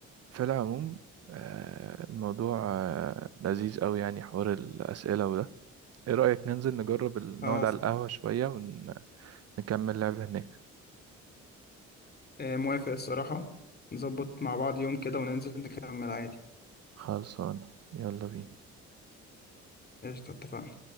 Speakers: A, on the right (about 55°); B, on the left (about 30°).
A: في العموم آه الموضوع آه لذيذ أوي يعني حوار الأسئلة وده إيه رأيك ننزل نجرب ال-
B: خلاص
A: نقعد على القهوة شوية ونكمل لعب هناك
B: آه، موافق الصراحة نظبط مع بعض يوم كده وننزل نكمل عادي
A: خلصانة يلا بينا
B: قشطة اتفقنا